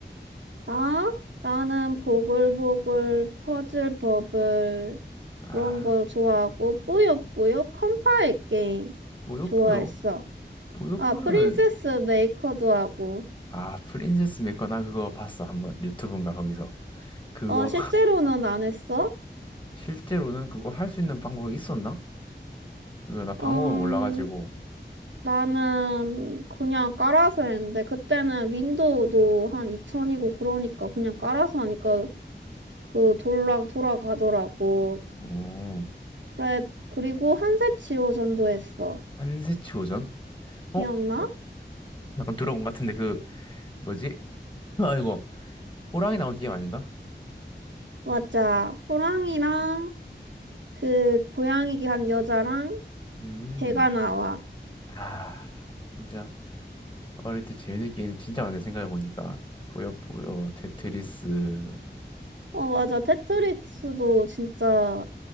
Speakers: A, on the right; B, on the left.
A: 나? 나는 보글보글, 퍼즐 버블,
B: 아,
A: 그런 거 좋아하고, 뿌요뿌요, 컴파일 게임
B: 뿌요뿌요?
A: 좋아했어.
B: 뿌요뿌요는
A: 아, 프린세스 메이커도 하고.
B: 아, 프린세스 메커 나 그거 봤어. 한번 유튜브인가 거기서. 그거
A: 어, 실제로는 안 했어?
B: <laughs> 실제로는 그거 할 수 있는 방법이 있었나? 이거 나 방법을
A: 음,
B: 몰라가지고.
A: 나는 그냥 깔아서 했는데, 그때는 윈도우도 한 2000이고 그러니까 그냥 깔아서 하니까 그 돌아, 돌아가더라고.
B: 음.
A: 그래, 그리고 한색 지호전도 했어.
B: 한세치 오전? 어?
A: 기억나?
B: 자- 약간 들어본 것 같은데 그 뭐지? <laughs> 아이고 호랑이 나온 게임 아닌가?
A: 맞아. 호랑이랑 그 고양이기 한 여자랑
B: 음.
A: 개가 나와.
B: 아, 진짜. 어릴 때 재밌는 게임 진짜 많네 생각해보니까 뿌요뿌요 테트리스
A: 어, 맞아. 테트리스도 진짜